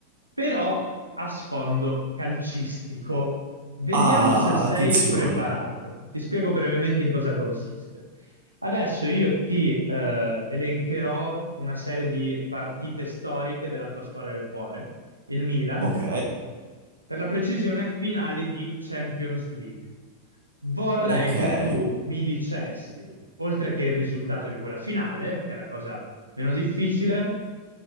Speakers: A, on the right; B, on the right.
A: però a sfondo calcistico. Vediamo
B: Ah,
A: se sei
B: attenzione.
A: preparato. Ti spiego brevemente in cosa consiste. Adesso io ti eh, elencherò una serie di partite storiche della tua squadra del cuore, il Milan
B: Ok,
A: per la precisione, finali di Champions League. Vorrei
B: ok.
A: che tu mi dicessi, oltre che il risultato di quella finale, che è la cosa meno difficile,